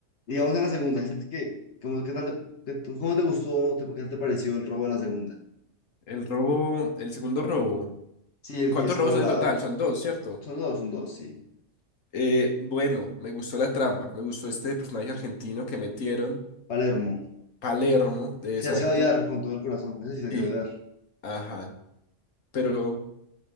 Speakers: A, on the left; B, on the left.
A: Y vamos a la segunda, ¿sientes que, cómo, qué tal te, qué- cómo te gustó, te, qué tal te pareció el robo de la segunda?
B: El robo, el segundo robo.
A: Sí, el
B: ¿Cuántos
A: que es como
B: robos son
A: la,
B: en total? Son dos, ¿cierto?
A: son dos, son dos, sí.
B: Eh, bueno, me gustó la trama, me gustó este personaje argentino que metieron,
A: Palermo.
B: Palermo, eh,
A: Se
B: exacto,
A: hacía odiar con todo el corazón, no sé si se hacía
B: y,
A: odiar.
B: ajá, pero